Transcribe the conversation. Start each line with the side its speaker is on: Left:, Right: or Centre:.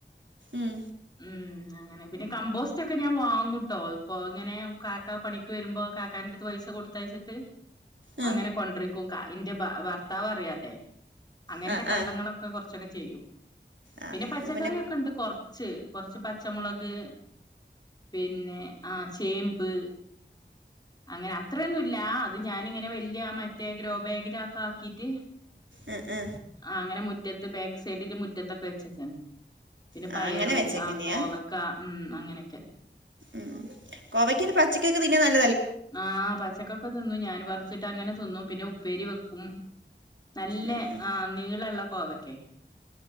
Right: ഉം
Left: ഉം അങ്ങനെ പിന്നെ കമ്പോസ്റ്റൊക്കെ ഞാൻ വാങ്ങൂട്ടോ ഇപ്പോ ഇങ്ങനെ കാക്ക പണിക്ക് വരുമ്പോ കാക്കാന അടുത്ത് പൈസ കൊടുത്തയച്ചിട്ട്
Right: ആ
Left: അങ്ങനെ കൊണ്ട്രിക്കും ക ഇന്റെ ഭ ഭർത്താവറിയാതെ അങ്ങൻത്തെ
Right: ആ
Left: കള്ളങ്ങളൊക്കെ
Right: ആ
Left: കൊർച്ചൊക്കെ ചെയ്യും
Right: ആ
Left: പിന്നെ പച്ചക്കറിയൊക്കെണ്ട്
Right: അപ്പോൾ
Left: കൊർച്ച് കൊർച്ച് പ ച്ചമുളക് പിന്നെ ആ ചേമ്പ് അങ്ങനെ അത്രയൊന്നുല്ല അത് ഞാനിങ്ങനെ വല്ല്യയ മറ്റേ ഗ്രോ ബാഗിലൊക്കാക്കീട്ട്
Right: ആ ആ
Left: ആ അങ്ങനെ മുറ്റത്ത് ബാക്ക് സൈഡില് മുറ്റത്തൊക്കെ വെച്ചക്കാണ് പിന്നെ
Right: ആ
Left: പയറ്
Right: അങ്ങനെ വെച്ചേക്ക്
Left: ആ
Right: നീയേ
Left: കോവക്ക ഉം അങ്ങനെക്കെ
Right: ഉം കോവക്കയ്ന് പച്ചക്കൊക്കെ തിന്ന നൽ
Left: ആഹ് പച്ചക്കൊക്കെ തിന്നും ഞാൻ പറിച്ചിട്ട് അങ്ങനെ തിന്നും പിന്നെ ഉപ്പേരി വെ ക്കും നല്ലെ
Right: ഉം ഉം
Left: ആ നീളള്ള കോവക്കെ